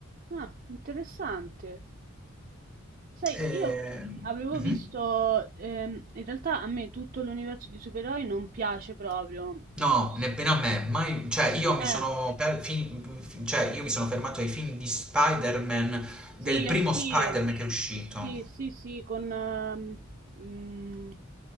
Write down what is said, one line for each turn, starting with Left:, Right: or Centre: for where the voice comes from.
Right: Ah, interessante. Sai,
Centre: Ehm,
Right: io avevo
Centre: mhm.
Right: visto, ehm, in realtà a me tutto l'universo di supereroi non piace proprio. Mm,
Centre: No,
Right: ma-
Centre: nemmeno a me, mai, cioè io mi
Right: Eh,
Centre: sono per- fin- fin- cioè, io mi sono fermato ai film di Spider-Man, del
Right: Sì,
Centre: primo
Right: anch'io.
Centre: Spider-Man che è uscito.
Right: Sì, sì, sì, con... ehm, mm,